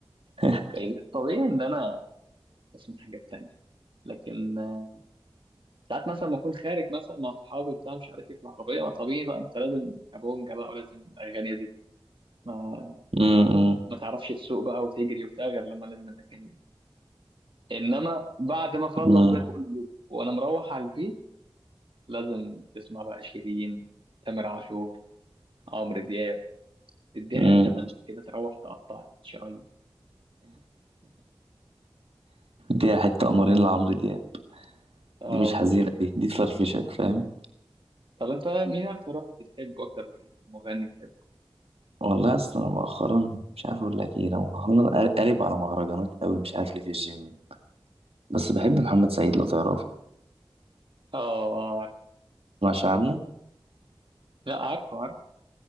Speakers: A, on the right; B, on the right.
A: <laughs>
B: الغير طبيعي ان انا اسمع حاجات تانية لكن آه، ساعات مثلا ما اكون خارج مثلا مع اصحابي بتاع مش عارف ايه في العربيه ما طبيعي بقى انت لازم كابونجا بقى ولازم الاغاني دي ما
A: امم
B: ما تعرفش تسوق بقى وتجري وبتاع غير لما لازم الاغاني دي انما بعد ما اخلص
A: امم
B: ده كله وانا مروح على البيت لازم تسمع بقى شيرين تامر عاشور عمرو دياب تديه
A: امم
B: حتة مزاج كده تروح تقطع شرايين
A: دي حتة قمرين لعمرو دياب
B: اه
A: دي مش
B: والله
A: حزينة دي دي تفرفشك فاهم
B: طب انت مين اكتر واحد بتحبه اكتر يعني مغني بتحبه
A: والله اصلا انا مؤخرا مش عارف اقول لك ايه انا مؤخرا قالب على مهرجانات قوي مش عارف ليه في الجيم بس بحب محمد سعيد لو تعرفه
B: اه عارف.
A: مش عنه
B: لا عارفه عارفه